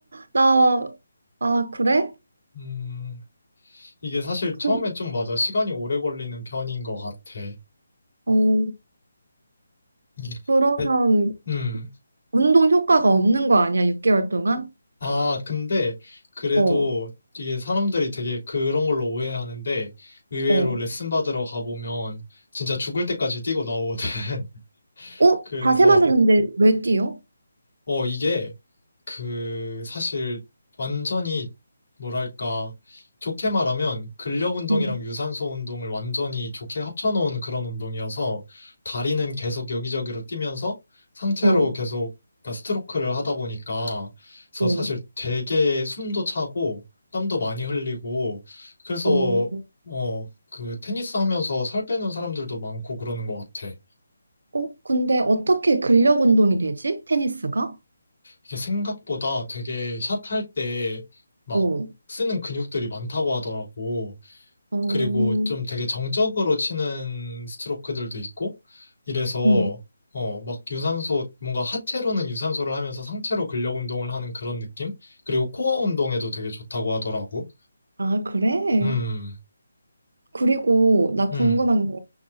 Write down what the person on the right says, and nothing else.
나, 아, 그래?
그럼,
어,
그러면
운동 효과가 없는 거 아니야, 6개월 동안?
어,
어.
어?
자세만 잡는데 왜 뛰어?
응,
어,
어,
어.
어? 근데 어떻게 근력 운동이 되지? 테니스가?
어,
어,
응.
아, 그래?
그리고 나
궁금한 게